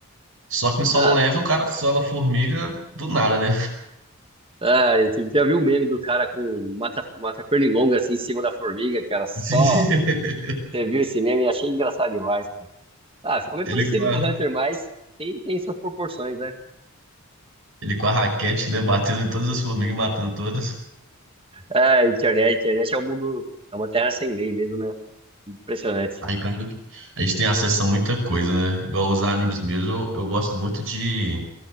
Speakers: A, on the right; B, on the right.
A: Só que no Solo
B: Ah,
A: Level o cara sola a formiga do nada, né?
B: ai, você já viu o meme do cara com mata, mata pernilonga assim em cima da formiga, cara? Só
A: <laughs> Sim.
B: você viu esse meme e achei engraçado demais, cara. Ah, ficou bem
A: Ele
B: parecido
A: com a,
B: com o Hunter, mas tem, tem suas proporções, né?
A: ele com a raquete, né? Batendo em todas as formigas, e matando todas.
B: Ah, internet, internet é um mundo, é uma terra sem lei mesmo, né? Impressionante.
A: Aí, cara, a gente tem acesso a muita coisa, né? Igual os animes mesmo, eu, eu gosto muito de